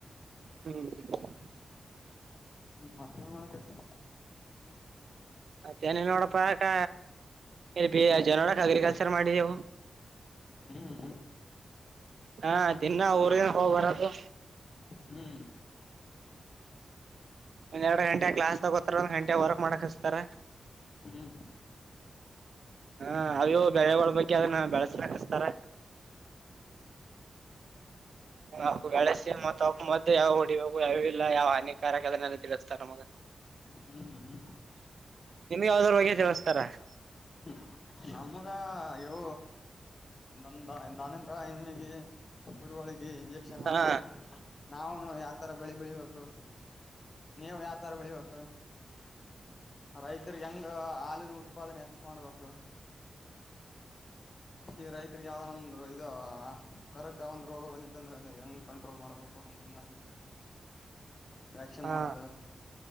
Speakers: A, on the right; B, on the left.
A: ಹ್ಮ್
B: ಹ್ಮ್ ಮತ್ತ ಏನ್ ಮಾಡಕತ್ತಿ.
A: ಮತ್ತೇನ ಇಲ್ ನೋಡಪ್ಪಾಕ್ಕ ಇಲ್ ಬಿ ಎ ಜನರಿಕ್ ಅಗ್ರಿಕಲ್ಚರ್ ಮಾಡಿದೆವು.
B: ಹ್ಮ್
A: ಹಾ ದಿನ್ನಾ ಊರರಗೆ ಹೋಬರದು.
B: ಹ್ಮ್
A: ಒಂದ್ ಎರಡು ಗಂಟೆ ಕ್ಲಾಸ್ ತಗೋತಾರ ಒಂದ್ ಗಂಟೆ ವರ್ಕ್ ಮಾಡಕ್ ಹಸ್ತಾರ.
B: ಹ್ಮ್
A: ಹಾ ಅವು ಇವು ಬೆಳೆಗೊಳ ಬಗ್ಗೆ ಅದನ್ನ ಬೆಳಸ್ರಾಕಸ್ತಾರ. ಅವು ಬೆಳೆಸಿ ಮತ್ ಅವುಕ ಮದ್ದು ಯಾವ್ಯಾವು ಹೊಡಿಬೇಕು ಯಾವ್ಯಾವ್ ಇಲ್ಲ ಯಾವ್ ಹಾನಿಕಾರಕ ಅದನ್ನೆ ತಿಳಿಸ್ತಾರ ನಮಗ.
B: ಹ್ಮ್ ಹ್ಮ್
A: ನಿಮಗ್ ಯಾವ್ದರ್ ಬಗ್ಗೆ ತಿಳಸ್ತಾರ.
B: ಹ್ಮ್ ನಮ್ಗ ಅಯೋ ದನ್ ದನ ದನಕ ಎಮ್ಮಿಗಿ. ಗುರುವಳಿಗೆ ಇಂಜೆಕ್ಷನ್ ಮಾಡವು.
A: ಹಾ
B: ನಾವುನು ಯಾವ್ತರ ಬೆಳಿ ಬೆಳಿಬೇಕು ನೀವ ಯಾವ್ತರ ಬೆಳಿಬೇಕು. ರೈತರಿಗ್ ಹೆಂಗ ಹಾಲಿನ ಉತ್ಪಾದನೆ ಹೆಚ್ಚ ಮಾಡ್ಬೇಕು. ಈ ರೈತರಿಗೆ ಯಾವ್ದೊಂದನ ಇದು ಕರಕ್ ಒಂದ್ ರೋಗ ಬಂದಿತ್ತ್ ಅಂದ್ರೆ ಅದ ಹೆಂಗ್ ಕಂಟ್ರೋಲ್ ಮಾಡ್ಬೇಕು. ಹಿಂಗಿಂಗಂತ ವ್ಯಾಕ್ಕ್ಷಿನ್
A: ಹಾ
B: ಮಾಡೋದು